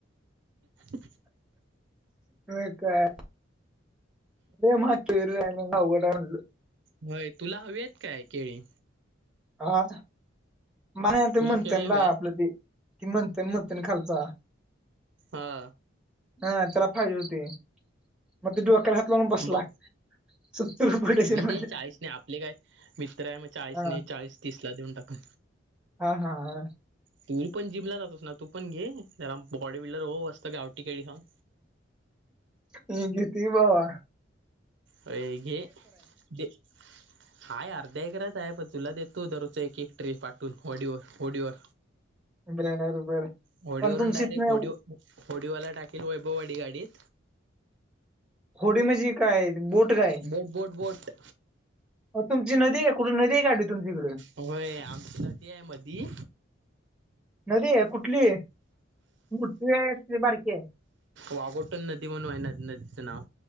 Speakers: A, on the right (about 65°); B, in the centre.
A: <inaudible>
B: अ काे लय अवघड आहे
A: होय तुला हवीत काय केळी?
B: हा मला
A: तुला
B: म्हंथनला
A: केळी हवी आहेत
B: आपलं त ती म्हंथन म्हंथन खालचा
A: हा
B: हा त्याला फायदे होती मग ते डोक्याला हात लावून बसला
A: बघ
B: सत्तर रुपये डझन
A: मी
B: म्हटलं
A: देन चाळीसने आपले काय मित्र आहे मग चाळीस
B: हा
A: नाही चाळीस तिसला देऊन टाका
B: हा हा हा
A: तू पण जिमला जातोस ना तू पण घे जरा बॉडी बिल्डर हो मस्त गावठी केळी खाऊन.
B: ह घेतो कि भावा
A: होय घे घे हाय अर्ध्या ऐकराच आहे पण तुला देतो दरोजच एक एक ट्री पाठवून होडीवर होडीवर
B: बरं आहे बरं
A: होडीवरून
B: पण तुमच
A: डायरेक्ट
B: इत नाही.
A: होडी होडीवाला टाकेल वैभववाडी गाडीत.
B: होडी म्हणजी काय बोट काय.
A: बोट बोट बोट.
B: तुमची नदी का कुठून नदी आहे काढली तुमच्याकडे.
A: होय आमची नदी आहे. मधी
B: नदी आहे कुठलीय, मोठीये की बारकीये.
A: वागोटण नदी म्हणून आहे न नदीचं नाव.